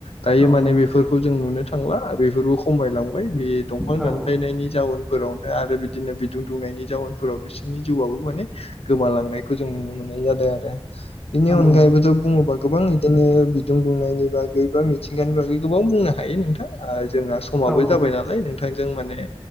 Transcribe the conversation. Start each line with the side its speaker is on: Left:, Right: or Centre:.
Left: दायो
Centre: औ नंगौ औ
Left: माने
Centre: नंगौ
Left: बेफोरखौ जों नुनो थां थांला बेफोरबो खमायलांबाय बे दंफां
Centre: औ
Left: दानफायनायनि
Centre: औ
Left: जाउन आरो बिदिनो बिद दुंनायनि जाउनफोराव बिसोरनि जिउआबो माने गोमालांनायखौ जों नुनो मोननाय जादों आरो बेनि
Centre: नंगौ
Left: अनगायैबोथ' बुङोबा गोबां बिदिनो बिदुं दुंनायनि बागै गोबां मिथिंगानि बागै गोबां बुंनो हायो नोंथां जोंहा
Centre: नोंथां
Left: समाबो जाबाय नालाय नोंथांजों माने